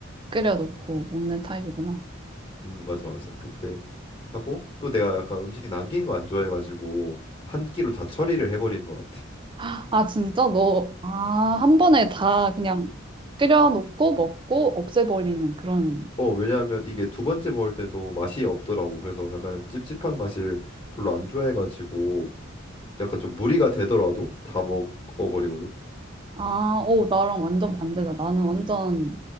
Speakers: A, on the right (about 25°); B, on the left (about 25°).
A: 끓여놓고 먹는 타입이구나.
B: 음 맞아 맞아 그때 하고 또 내가 약간 음식 남긴 거 안 좋아해가지고 한 끼로 다 처리를 해버리는 것 같아
A: 아, 진짜 너, 아, 한 번에 다 그냥 끓여놓고 먹고 없애버리는 그런,
B: 어, 왜냐하면 이게 두 번째 먹을 때 너무 맛이 없더라고. 그래서 약간 찝찝한 맛을 별로 안 좋아해가지고 약간 좀 무리가 되더라도 다 먹어버리거든.
A: 아, 오, 나랑 완전 반대다. 나는 완전,